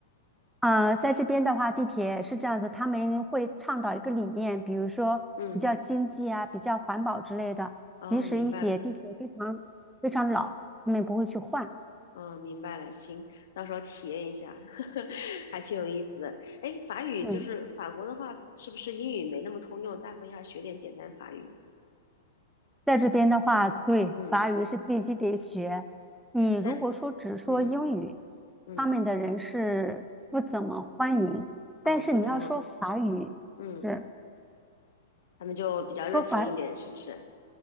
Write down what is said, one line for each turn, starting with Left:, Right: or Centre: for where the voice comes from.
Centre: 呃，在这边的话，地铁是这样子，他们会倡导一个理念，比如说比较经济啊、
Left: 嗯，
Centre: 比较环保之类的。
Left: 哦，
Centre: 即使一些地铁非常非常老，
Left: 明白了，
Centre: 他们也不会去换。
Left: 哦，明白了，行，到时候体验一下，<laughs> 还挺有意思的。哎，法语就是法国的话，
Centre: 嗯，
Left: 是不是英语没那么通用？大部分要学点简单法语。
Centre: 在这边的话，对，
Left: 嗯，
Centre: 法语是必须得学。你如果说只说英语，
Left: 但嗯嗯，
Centre: 他们的人是不怎么欢迎。
Left: 哦，
Centre: 但是你要说法语，
Left: 不怎么，嗯，
Centre: 是
Left: 他们就比较热情一点，
Centre: 说法
Left: 是不是？